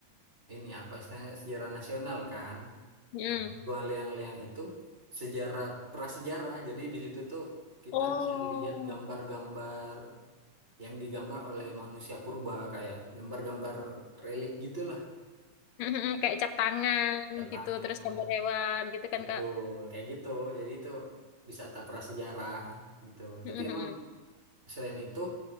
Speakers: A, on the right (about 20°); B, on the left (about 80°).
A: ini apa istilahnya sejarah nasional kan.
B: Hmm.
A: Gua Leang-Leang itu sejarah prasejarah. Jadi di situ tuh kita
B: Oh,
A: bisa lihat gambar-gambar yang digambar oleh manusia purba kayak gambar-gambar relik gitulah,
B: Mm-mm, Kayak cap tangan
A: Tanda
B: gitu, terus
A: tangan.
B: gambar hewan gitu kan
A: Betul,
B: Kak.
A: kayak gitu. Jadi itu wisata prasejarah gitu.
B: Mm-mm.
A: Tapi emang selain itu